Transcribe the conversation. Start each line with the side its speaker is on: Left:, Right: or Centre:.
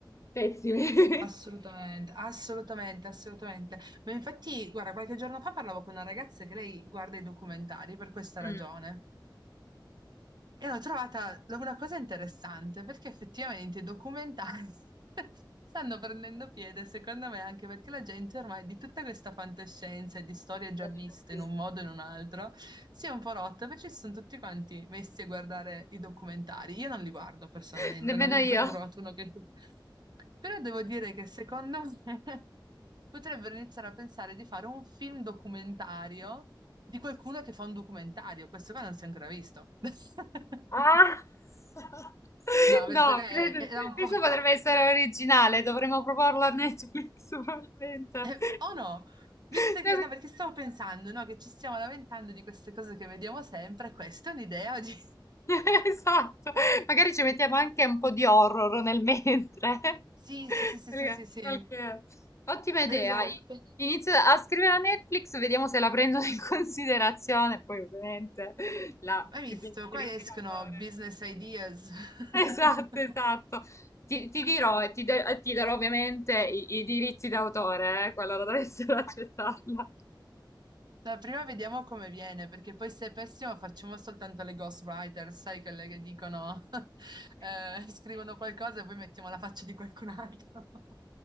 Left: Pessimi.
Right: assolutamente,
Left: <laughs>
Right: assolutamente, assolutamente. Ma infatti, guarda, qualche giorno fa parlavo con una ragazza che lei guarda i documentari per questa ragione.
Left: Mm,
Right: E ho trovata una cosa interessante perché effettivamente i documentari <laughs> stanno prendendo piede, secondo me, anche perché la gente ormai di tutta questa fantascienza e di storie già
Left: non
Right: viste
Left: ne può più.
Right: in un modo o in un altro si è un po' rotta perché si sono tutti quanti messi a guardare i documentari. Io non li guardo personalmente,
Left: <laughs> Nemmeno
Right: non ne
Left: io.
Right: ho ancora trovato uno che... <laughs> Però devo dire che secondo me <laughs> potrebbero iniziare a pensare di fare un film documentario di qualcuno che fa un documentario. Questo qua non si è ancora visto. <laughs>
Left: Ah! <laughs>
Right: No, questo
Left: No,
Right: che
Left: credo,
Right: è- era un
Left: questo
Right: po'...
Left: potrebbe essere originale, dovremmo proporlo a Netflix <laughs> probabilmente.
Right: <laughs> eh, o no? Visto
Left: <laughs>
Right: che... No, perché stavo pensando, no, che ci stiamo lamentando di queste cose che vediamo sempre, questa è un'idea di... <laughs>
Left: <laughs> Esatto, magari ci mettiamo anche un po' di horror nel mentre.
Right: Sì,
Left: <laughs>
Right: sì, sì, sì,
Left: Perché
Right: sì, sì, sì.
Left: Qualche... Ottima idea.
Right: Esatto.
Left: I- Inizio a scrivere a Netflix, vediamo se la prendono in <laughs> considerazione, poi ovviamente la
Right: Hai
Left: i
Right: visto?
Left: diritti
Right: Qua escono
Left: d'autore.
Right: business ideas. <laughs>
Left: Esatto, esatto. Ti, ti dirò e ti, de- e ti darò ovviamente i, i diritti d'autore, eh, qualora dovessero accettarla.
Right: No, prima vediamo come viene, perché poi se è pessimo facciamo soltanto le ghostwriter, sai, quelle che dicono, <laughs> eh, scrivono qualcosa e poi mettiamo la faccia di qualcun altro. <laughs>